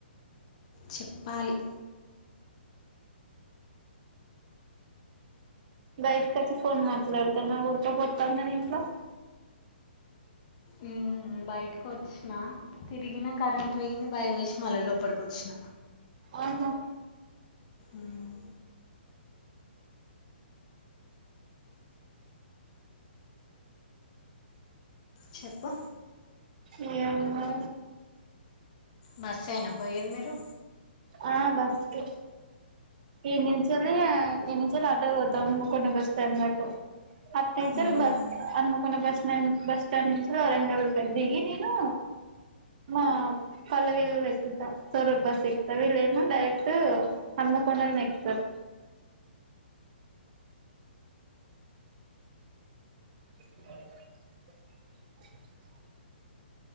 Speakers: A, on the left (about 40°); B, on the right (about 45°).
A: చెప్పాలి
B: బైకా చ ఫోన్ మట్లాడతన్నా ఉఊడతో పోతా నిట్లో
A: మ్మ్, బయటకు వచ్చిన తిరిగినా కరెంట్ వే్యంది భయం వేసి మల లోపలిక వచ్చిన
B: ఆహా
A: మ్మ్. చెపూ
B: ఏందో
A: బస్సు అయినా పోయది మీరు
B: ఆ బస్కే ఎనిచిలే ఎంచి ఆటకు పాతం హన్మకోడ అటునుచేలి
A: మ్మ్.
B: బస్ హనుమకొండ బస్ న బస్ స్టాండ్ నిస వరంగల్కి వెందిగి నను ఆ పలవలు ఎకుత సవర బస్ ఎక్ వీళ్ళేమో డైరెక్ట్ హన్మకొండలు నెక్స్తారు <inaudible>